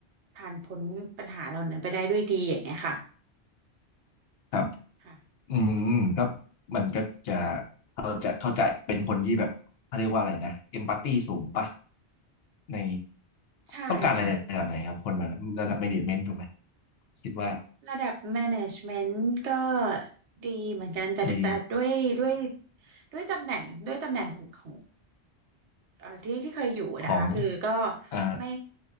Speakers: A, on the right; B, on the left.
A: ผ่านพ้นปัญหาเหล่านั้นไปได้ด้วยดีอย่างเงี้ยค่ะ
B: ครับ
A: ค่ะ
B: อืมก็มันก็จะเขาจะเขาจะเป็นคนที่แบบเขาเรียกว่าอะไรนะเอมพัตตีสูงปะใน
A: ใช่ค่ะ
B: ต้องการอะไรในระดับไหนครับคนแบบนั้นระดับ management ถูกไหมคิดว่า
A: ระดับ management ก็ดีเหมือนกันแต่แต่ด้วยด้วย
B: ดี
A: ด้วยตำแหน่งด้วยตำแหน่งของเอ่อที่ที่เคยอยู่นะคะคือก็
B: <laughs> ของอ่า
A: ไม่